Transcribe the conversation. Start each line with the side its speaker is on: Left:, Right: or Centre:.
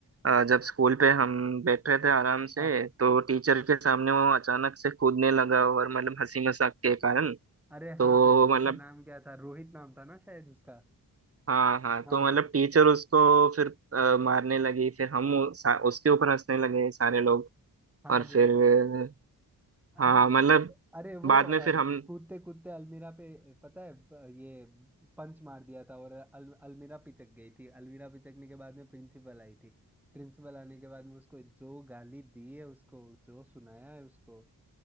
Right: अ, जब स्कूल पे हम बैठ रहे थे आराम से
Centre: हाँ हाँ
Right: तो टीचर के सामने वो अचानक से कूदने लगा और मतलब हंसी मजाक के कारण
Centre: अरे हाँ
Right: तो
Centre: बे उसका
Right: मतलब
Centre: नाम क्या था रोहित नाम था ना शायद उसका
Right: हाँ हाँ
Centre: हाँ
Right: तो
Centre: हाँ
Right: मतलब टीचर उसको फिर अ, मारने लगी फिर हम उ- सा- उसके ऊपर हंसने लगे सारे लोग
Centre: हाँ
Right: और
Centre: बे
Right: फिर
Centre: अरे
Right: हाँ मतलब
Centre: अरे वो
Right: बाद
Centre: अ,
Right: में फिर हम
Centre: कूदते कूदते अलमीरा पे अ, पता है अ, ये पंच मार दिया था और अल, अलमीरा पिचक गई थी अलमीरा पिचकने के बाद में प्रिंसिपल आई थी प्रिंसिपल आने के बाद में उसको जो गाली दी है उसको जो सुनाया है उसको